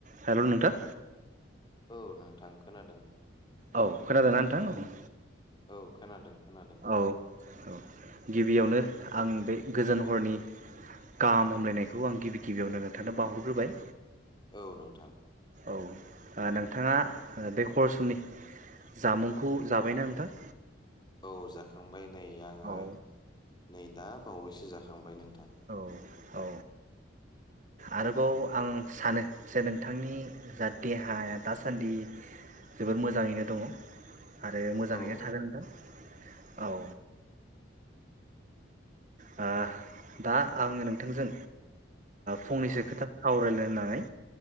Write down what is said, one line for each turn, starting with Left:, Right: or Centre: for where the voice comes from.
Right: Hello नोंथां।
Left: औ नोंथां खोनादों।
Right: औ खोनादों ना नोंथां?
Left: औ खोनादों खोनादों
Right: औ औ गिबियावनो आं बे गोजोन हरनि गाहाम हामलायनायखौ आं गिबि गिबियावनो नोंथांनो बावहरग्रोबाय।
Left: औ नोंथां।
Right: औ आ नोंथाङा बे हर समनि जामुंखौ जाबायना नोंथां?
Left: औ जाखांबाय। नै आङो
Right: औ
Left: नै दा बावैसो जाखांबाय नों
Right: औ औ आरोबाव आं सानो जे नोंथांनि जा देहाया दासान्दि जोबोर मोजाङैनो दंङ आरो मोजाङैनो
Left: औ
Right: थागोन नोंथां औ <unintelligible> औ दा आंङो नोंथांजों फंनैसो
Left: औ
Right: खोथा सावरायनो होननानै